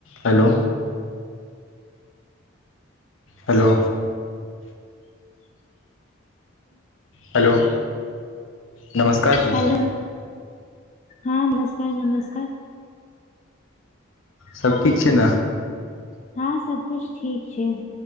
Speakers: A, on the left; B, on the left.
A: हेलो हेलो हेलो नमस्कार जी
B: हेलो हँ नमस्कार नमस्कार
A: सब
B: हँ
A: ठीक छै ने
B: हँ सबकुछ ठीक छै